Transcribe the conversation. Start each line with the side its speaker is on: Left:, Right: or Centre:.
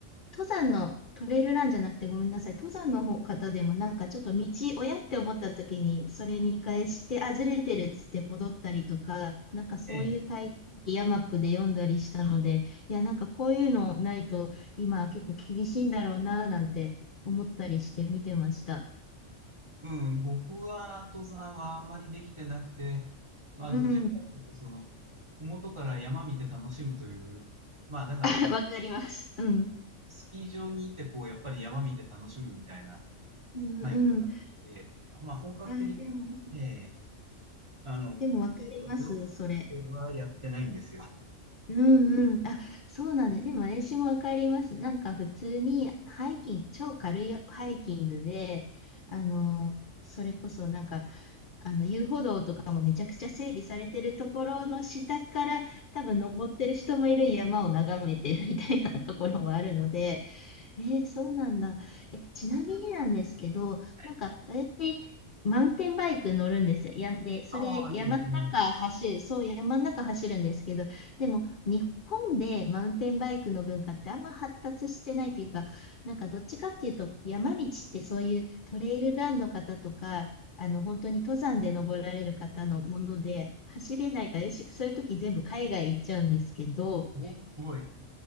Left: 登山のトレイルランじゃなくてごめんなさい。登山の方方でもなんかちょっと道、親って思った時に、それ見返して、あ、ずれてるっつって戻ったりとか、なんかそういう体験記、
Right: ええ、
Left: ヤマップで読んだりしたので、いや、なんかこういうのないと、今結構厳しいんだろうな、なんて思ったりして見てました。
Right: うん、僕は登山はあまりできてなくて、まあ、
Left: うん、
Right: どちらかというと、その、ふもとから山見て楽しむという、まあ、だから結局、
Left: <laughs> わかります。うん。
Right: スキー場に行って、こう、やっぱり山見て楽しむみたいな
Left: うん、
Right: タイプがあって、
Left: うん。
Right: まあ、本格的な、
Left: あ、でも、
Right: ええあの、
Left: でもわかります、
Right: 背ロっはやってないんですよ。
Left: それ。うんうん。あ、そうなんで、でも私もわかります。なんか普通にハイキング、超軽いハイキングで、あの、それこそなんか、あの、遊歩道とかもめちゃくちゃ整備されてるところの下から、多分登ってる人もいる山を眺めてるみたいなところもあるので、えー、そうなんだ。え、ちなみになんですけど、
Right: はい
Left: なんか、私マウンテンバイク乗るんですよ。や、で、それ、
Right: ああ、いいですね。
Left: 山の中走る、そう、山の中走るんですけど、でも、日本でマウンテンバイクの文化ってあんま発達してないというか、なんか、どっちかっていうと、山道ってそういうトレイルランの方とか、あの、本当に登山で登られる方のもので、走れないから、よしそういう時全部海外行っちゃうんですけど、
Right: おーすごい。